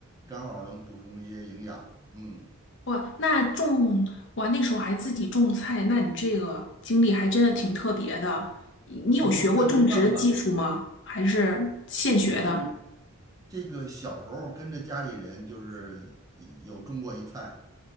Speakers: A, on the right; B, on the left.
A: 刚好能补充一些营养。嗯，
B: 哇，那种哇，那时候还自己种菜，那你这个经历还真的挺特别的。你你有学过种植的技术吗？
A: <laughs> 那没办法。
B: 还是现学的？
A: 那。这个小时候跟着家里人就是有种过一菜，